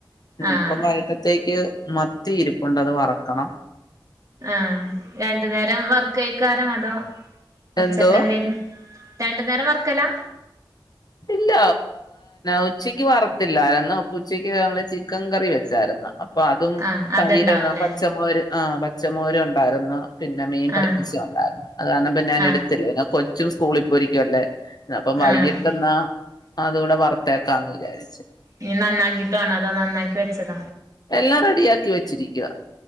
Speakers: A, on the left; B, on the right.
A: പിന്ന
B: ആഹ്
A: ഇപ്പം വയിട്ടത്തേക്ക് മത്തി ഇരിപ്പുണ്ട് അത് വറക്കണം
B: ആഹ് രണ്ടു നേരം വർക്കായിക്കാരം അതോ ഉച്ചക്ക്
A: എന്തോ
B: എന്തേലും രണ്ടു നേരം വർക്കലാ
A: ഇല്ല ഉച്ചയ്ക്ക് വറുത്തില്ലായിരുന്നു അപ്പൊ ഉച്ചക്ക് ഞങ്ങള് ചിക്കൻ കറി വെച്ചായിരുന്നു അപ്പൊ അതും
B: ആഹ് അതുണ്ടാവുംല്ലേ
A: തൈര് പച്ചമോര് ആഹ് പച്ചമോരു ഉണ്ടായിരുന്നു പിന്നെ മീൻ പറ്റിച്ചത്ണ്ടായിരുന്നു
B: ആഹ്
A: അത് കാരണം ഞാൻ
B: ആഹ്
A: എടുത്തില്ല പിന്നെ കൊച്ചും സ്കൂളിൽപ്പോയിരിക്കുവല്ലേ അപ്പം വൈകിട്ട്ന്നാ
B: ആഹ്
A: അതൂടെ വറുത്തേക്കാംന്ന് വിചാരിച്ചു
B: മീൻ നന്നാക്കിട്ട് വേണോ അതോ നന്നാക്കി വെച്ചത
A: എല്ലാം റെഡിയാക്കി വെച്ചിരിക്കുവാ